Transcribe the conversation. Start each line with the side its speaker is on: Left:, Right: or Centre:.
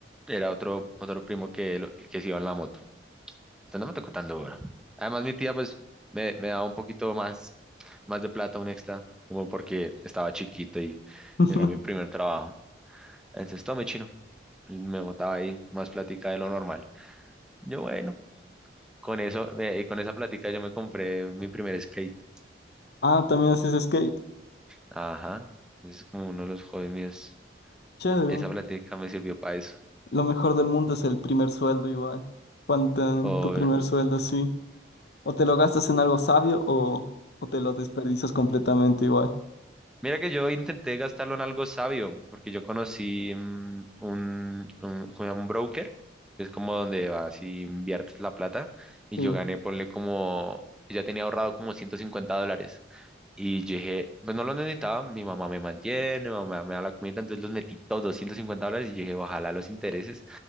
Centre: Era otro, otro primo que, lo- que se iba en la moto. Entonces no me tocó tan duro. Además, mi tía, pues, me, me daba un poquito más, más de plata, un extra, como porque estaba chiquito y
Left: <laughs>
Centre: era mi primer trabajo. Entonces, tome chino. Me botaba ahí más plática de lo normal. Yo, bueno, con eso, eh, y con esa plática yo me compré mi primer skate.
Left: Ah, también haces skate.
Centre: Ajá. Es como uno de los hobbies míos.
Left: Chévere.
Centre: E-, Esa plática me sirvió para eso.
Left: Lo mejor del mundo es el primer sueldo igual. Cuando te dan
Centre: O
Left: tu primer sueldo, sí. O te lo gastas en algo sabio o, o te lo desperdicias completamente igual.
Centre: Mira que yo intenté gastarlo en algo sabio, porque yo conocí mm, un, un, como un broker, que es como donde vas y inviertes la plata, y
Left: Sí,
Centre: yo gané, ponle como, ya tenía ahorrado como 150 dólares. Y yo dije, pues no lo necesitaba, mi mamá me mantiene, mi mamá me da la comida, entonces los metí todos, 250 dólares, y yo dije, ojalá los intereses